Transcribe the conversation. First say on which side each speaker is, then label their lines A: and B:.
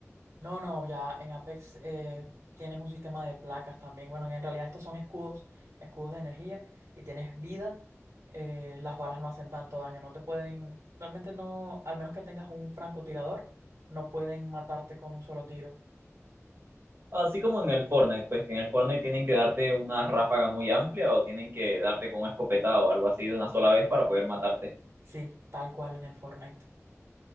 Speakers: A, on the right; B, on the right.
A: No, no, ya en Apex eh, tienes un sistema de placas también. Bueno, en realidad estos son escudos, escudos de energía y tienes vida. eh, las balas no hacen tanto daño, no te pueden, realmente no, al menos que tengas un francotirador, no pueden matarte con un solo tiro.
B: Así como en el Fortnite, pues que en el Fortnite tienen que darte una ráfaga muy amplia o tienen que darte con una escopeta o algo así de una sola vez para poder matarte.
A: Sí, tal cual en el Fortnite.